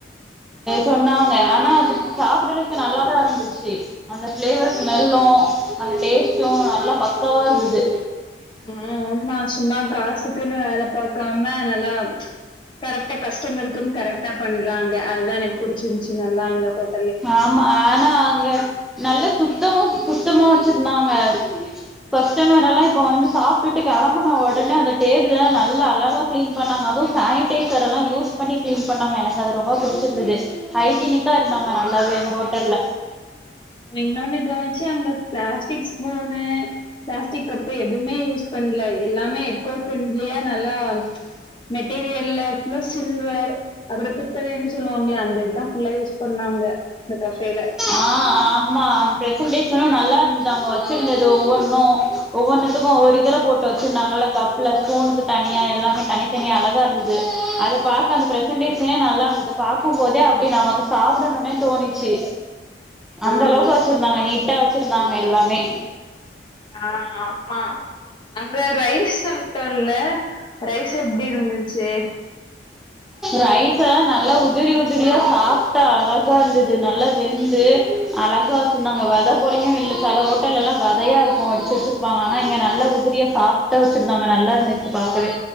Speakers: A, in the centre; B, on the left.
A: சொன்னாங்க ஆனா அது சாப்றதுக்கு நல்லாதா இருந்துச்சு அந்த பளேவர் ஸ்மெல்லும் அந்த டேஸ்ட். ம் நல்லா பக்காவா இருந்தது.
B: ஆ ஆமா சும்மா காசுக்குன்னு வேல பாக்காம நல்லா ம்ச் கரெக்டா கஸ்டமருக்குன்னு கரெக்டா பண்றாங்க அதுதான் எனக்கு புடிச்சிருந்துச்சு நல்லா அந்த ஹோட்.
A: ஆமா ஆனா அங்க நல்ல. சுத்தமா சுத்தமா வச்சுருந்தாங்க கஸ்டமரெல்லாம் இப்போ வந்து சாப்பிட்டுட்டு கெளம்புன ஒடனே அந்த டேபிளல்லாம் நல்லா அழகாக க்ளீன் பண்ணாங்க அதுவும் சோனிடைசரெல்லாம் யூஸ் பண்ணி க்ளீன் பண்ணாங்க எனக்கு அது ரொம்ப புடிச்சிருந்தது. ஹைஜீனிக்கா இருந்தாங்கா. நல்லாவே அந்த ஹோட்டல்ல.
B: இன்னொன்னு கவனிச்சே அங்க பிளாஸ்டிக் ஸ்பூனு பிளாஸ்டிக் கப்பு எதுவுமே யூஸ் பண்ல எல்லாமே எக்கோ ஃப்ரெண்ட்லியா நல்லா ம்ச் மெட்டீரியல்ல. ஃபுல்லா சில்வர் அப்புறோம் பித்தலைன்னு சொல்லுவாங்கள அந்த இதுதான் ஃபுல்லா யூஸ் பண்ணாங்க. அந்த கஃபேல.
A: ஆ ஆமா அந்த ப்ரசன்டேஷனும் நல்லா இருந்தது அங்க வச்சிருந்தது ஒவ்வொன்னும் ஒவ்வொன்னுத்துக்கும் ஒரு இதுல போட்டு வச்சிருந்தாங்கல்ல கப்ல ஸ்பூனுக்கு தனியா எல்லாமே தனி தனி அழகா இருந்தது அத பாக்க அந்த ப்ரசென்டேஷனே நல்லா இருந்தது பாக்கும் போதே அப்டி நமக்கு சாப்பிடணும்னே தோணிச்சு. ச்சு. அந்த
B: ஆ.
A: அளவுக்கு வச்சிருந்தாங்க நீட்டா வச். வச்சிருந்தாங்க எல்லாமே.
B: ஆஹ ஆமா அங்க ரைஸ் சாப்ட்டோல்ல ரைஸ். எப்படி இருந்தது. ச்சே.
A: ரைஸ் எல்லாம் நல்லா உதிரி உதிரியா சாஃட்டா அழகா இருந்தது நல்லா வெந்து அழகா வச்சிருந்தாங்க வித போலையும் இல்ல சில ஹோட்டல்ல எல்லாம் விதையா இருக்கும் வடிச்சு வச்சிருப்பாங்க ஆனா இங்க நல்லா உதிரியா சாப்ட்டா வச்சிருந்தாங்க நல்லா இருந்துச்சு பாக்கவே.